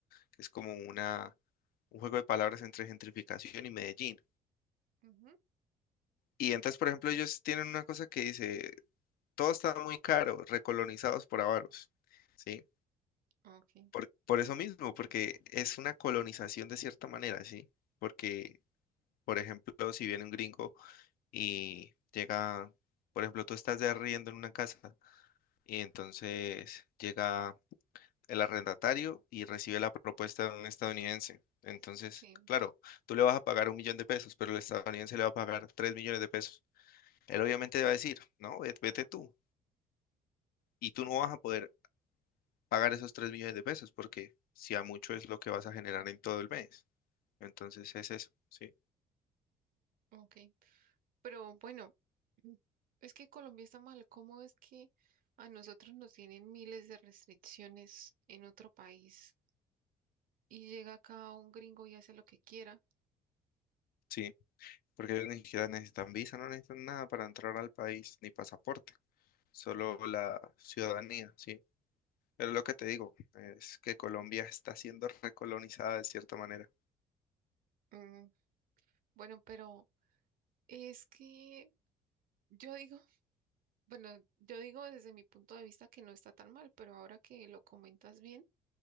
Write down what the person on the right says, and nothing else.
ujú,
ok,
sí,
ok. Pero bueno, mm, es que Colombia está mal. ¿Cómo es que a nosotros nos tienen miles de restricciones en otro país y llega acá un gringo y hace lo que quiera?
Mm, bueno, pero es que yo digo, <laughs> bueno, yo digo desde mi punto de vista que no está tan mal, pero ahora que lo comentas bien